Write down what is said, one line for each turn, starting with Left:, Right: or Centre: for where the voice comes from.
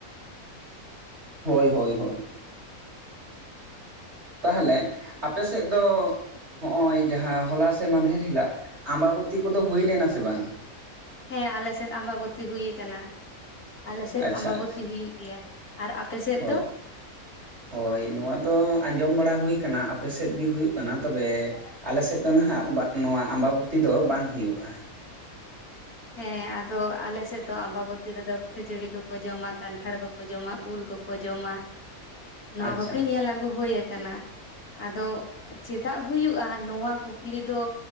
Right: ᱦᱳᱭ ᱦᱳᱭ ᱦᱳᱭ᱾ <unintelligible> ᱛᱟᱦᱚᱞᱮ ᱟᱯᱮ ᱥᱮᱫ ᱫᱚ ᱦᱚᱜ-ᱚᱭ ᱡᱟᱦᱟᱸ ᱦᱚᱞᱟ ᱥᱮ ᱢᱟᱫᱷᱮᱨ ᱦᱤᱞᱳᱜ ᱟᱢᱵᱟᱵᱚᱛᱤ ᱠᱚᱫᱚ ᱦᱩᱭ ᱞᱮᱱᱟ ᱥᱮ ᱵᱟᱝ?
Left: ᱦᱮᱸ ᱟᱞᱮᱥᱮᱫ ᱟᱢᱵᱟᱵᱚᱛᱤ ᱦᱩᱭ ᱟᱠᱟᱱᱟ, ᱟᱞᱮᱥᱮᱫ
Right: ᱟᱪᱪᱷᱟ
Left: ᱟᱢᱵᱟᱵᱚᱛᱤ
Right: ᱟᱪᱪᱷᱟ
Left: ᱦᱩᱭᱩᱜ ᱜᱮᱭᱟ ᱟᱨ ᱟᱯ ᱟᱯᱮᱥᱮᱫ
Right: ᱦᱳᱭ
Left: ᱫᱚ
Right: ᱦᱳᱭ ᱱᱚᱣᱟ ᱫᱚ ᱟᱸᱡᱚᱢ ᱵᱟᱲᱟ ᱦᱩᱭ ᱟᱠᱟᱱᱟ ᱟᱯᱮᱥᱮᱫ ᱜᱮ ᱦᱩᱭᱩᱜ ᱠᱟᱱᱟ ᱛᱚᱵᱮ ᱟᱞᱮ ᱥᱮᱫ ᱫᱚ ᱱᱟᱦᱟᱜ ᱱᱚᱣᱟ ᱟᱢᱵᱟᱵᱩᱛᱤ ᱫᱚ ᱵᱟᱝ ᱦᱩᱭᱩᱜ-ᱟ᱾
Left: ᱦᱮᱸ ᱟᱫᱚ ᱟᱞᱮᱥᱮᱫ ᱫᱚ ᱟᱢᱵᱟᱵᱚᱛᱤ ᱨᱮᱫᱚ ᱠᱷᱟᱹᱡᱟᱹᱲᱤ ᱠᱚᱠᱚ ᱡᱚᱢᱟ, ᱠᱟᱱᱴᱷᱟᱲ ᱠᱚᱠᱚ ᱡᱚᱢᱟ, ᱩᱞ ᱠᱚᱠᱚ ᱠᱚ ᱡᱚᱢᱟ ᱱᱚᱣᱟ
Right: ᱟᱪᱪᱷᱟ
Left: ᱠᱚᱜᱮ
Right: ᱟᱪᱪᱷᱟ
Left: ᱧᱮᱞ ᱟᱹᱜᱩ ᱦᱩᱭ ᱟᱠᱟᱱᱟ ᱟᱫᱚ ᱪᱮᱫᱟᱜ ᱦᱩᱭᱩᱜ-ᱟ ᱱᱚᱣᱟ ᱠᱩᱠᱞᱤ ᱫᱚ